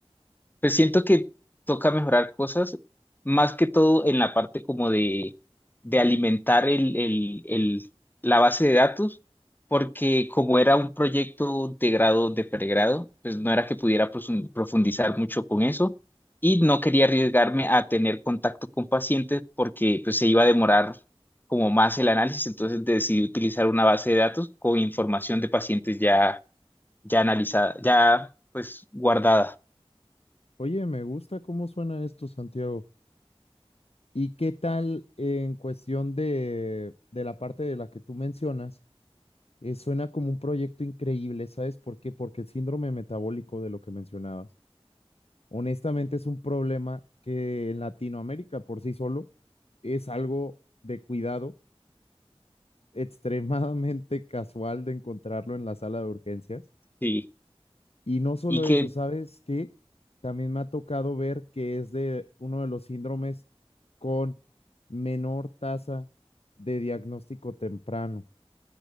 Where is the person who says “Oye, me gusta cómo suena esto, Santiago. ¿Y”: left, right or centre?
Left